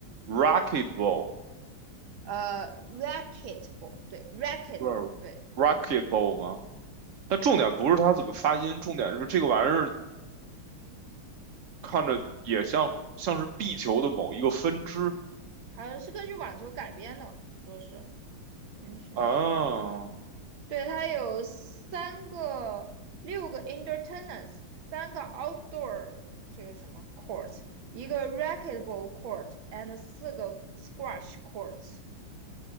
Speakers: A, on the right; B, on the right.
A: r a c k e t b a l l
B: 呃，racquetball 对，racquetball
A: 是
B: 对，
A: r a c k e t b a l l 吗？但重点不是它怎么发音，
B: 嗯，哎
A: 重点是这个玩意儿看着也像像是壁球的某一个分支
B: 好像是根据网球改编的，说是。等一下。
A: 啊。
B: 对，它有三个、六个 e n t e r t a i n m e n t s 三个 outdoor 这个什么 court，s 一个 racquetball court and 四个 squash courts。